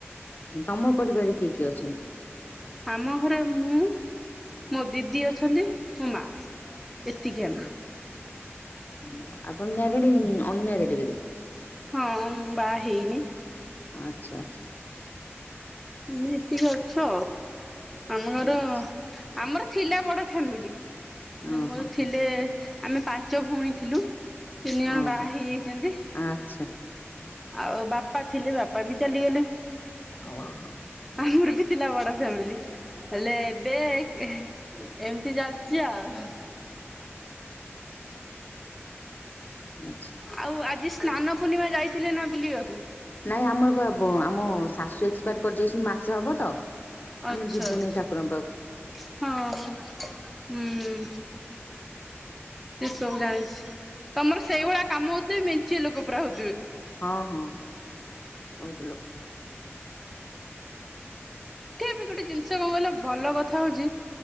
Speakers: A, on the left; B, in the centre.
A: ତମ ପରିବାରରେ କିଏ କିଏ ଅଛନ୍ତି?
B: ଆମ ଘରେ ମୁଁ ମୋ ଦିଦି ଅଛନ୍ତି ମୋ ମା। ଏତିକି ଆମେ
A: ଓହୋ ଆପଣ ମ୍ୟାରିଡି ଅନ୍ ମ୍ୟାରିଡି ବୋଧେ।
B: ହଁ ମୁଁ ବାହା ହେଇନି।
A: ଆଚ୍ଛା ଆଚ୍ଛା।
B: ଆମେ ଏତିକି ଅଛ। ଆମ ଘର
A: ଆଚ୍ଛା
B: ଆମର ଥିଲା ବଡ ଫାମିଲି।
A: ଓହୋ
B: ମୋର ଥିଲେ ଆମେ ପାଞ୍ଚ ଭଉଣୀ ଥିଲୁ। ତିନି ଜଣ
A: ଓହୋ
B: ବାହା ହେଇଯାଇଛନ୍ତି।
A: ଆଚ୍ଛା
B: ଆଉ ବାପା ଥିଲେ ବାପା ବି ଚାଲିଗଲେ।
A: ଓହୋ
B: ଆମର ବି ଥିଲା ବଡ ଫ୍ୟାମିଲି। ହେଲେ ଏବେ ଏ ଏମିତି ଚାଲିଛି ଆଉ। <unintelligible>
A: ଆଚ୍ଛା।
B: ଆଉ ଆଜି ସ୍ନାନ ପୂର୍ଣିମା ଯାଇଥିଲେ ନା ବୁଲିବାକୁ।
A: ନାଇଁ ଆମର ପା ବ ଆମ ଶାଶୁ ଏକ୍ସପାୟାର କରିଦେଇଛନ୍ତି ମାସେ ହବ ତ। ଆମେ
B: ଆଚ୍ଛା
A: ଯିବୁନି
B: ଆଚ୍ଛା।
A: ଠାକୁରଙ୍କ ପାଖକୁ।
B: ହଁ ହଁ। ହୁଁ ସେ ସବୁ ଜାଣିଛି। ତମର ସେଇଭଳିଆ କାମ ହଉଥିଲେ। ମେଞ୍ଚେ ଲୋକ ପୁରା ହଉଥିବେ।
A: ହଁ ହଁ। ବହୁତ ଲୋ
B: କି ବି ଗୋଟେ ଜିନିଷ କଣ କହିଲ ଭଲ କଥା ହଉଛି।